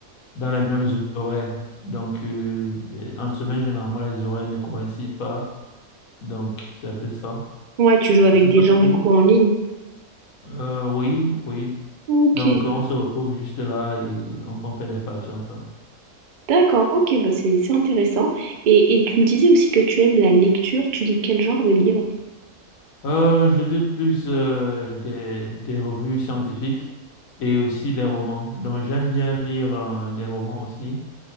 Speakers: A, on the left; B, on the right.
A: dans les mêmes horaires. Donc, euh, les- en semaine, généralement, les horaires ne coïncident pas. Donc, c'est un peu ça.
B: Ouais, tu joues avec
A: Je sais
B: des
A: pas
B: gens
A: trop.
B: du coup en ligne.
A: Euh, oui, oui.
B: Ok.
A: Donc, on se retrouve juste là et on, on fait des parties ensemble.
B: D'accord, ok, bah c'est c'est intéressant. Et, et tu me disais aussi que tu aimes la lecture, tu lis quel genre de livre?
A: Euh, je lis plus euh, des, des revues scientifiques et aussi des romans. Donc j'aime bien lire euh, des romans aussi.